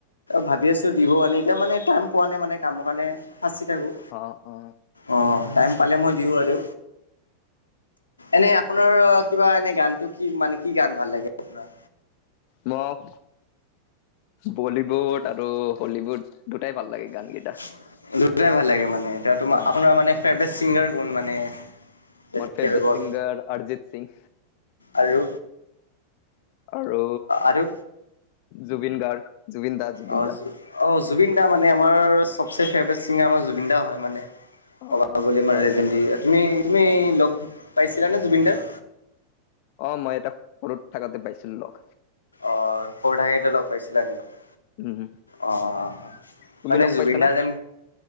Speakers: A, on the left; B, on the left.
A: ভাবি আছো দিব আনি এতিয়া মানে টাইম পোৱা নাই মানে কামৰ কাৰণে ফাচি থাকোঁ
B: অ অ
A: অ', টাইম পালে মই দিও আৰু। এনে আপোনাৰ কিবা এনে গানটো কি মানে কি গান ভাল লাগে আপোনাৰ?
B: মক বলীউড আৰু হলীউড। দুটাই ভাল লাগে গান
A: <inaudible>
B: কেইটা
A: দুটাই ভাল লাগে মানে এতিয়া তোমাৰ
B: অ
A: আপোনাৰ মানে ফেবৰে ছিংগাৰ কোন মানে? যেনেকে
B: মোৰ ফেভৰেট
A: হৈ গ'ল
B: ছিংগাৰ অৰজিত সিং।
A: আৰু
B: আৰু
A: আৰু
B: জুবিন গাৰ্গ। জুবিন দা -জুবিন
A: অ',
B: দা।
A: অ', জুবিন দা মানে আমাৰ চবচে ফেভৰেট ছিংগাৰ আমাৰ জুবিন দা হয় মানে।
B: অ
A: <unintelligible>
B: হয় হয়
A: তুমি লগ পাইছিলানে জুবিন দাক?
B: অ', মই এটা সৰুত থাকাতে পাইছিলো লগ।
A: অ', সৰু থাকাতে লগ পাইছিলা নেকি? অ',
B: উম,
A: অ', অ', অ',
B: তুমি
A: মানে
B: লগ
A: জুবিন
B: পাইছা না?
A: দা যেন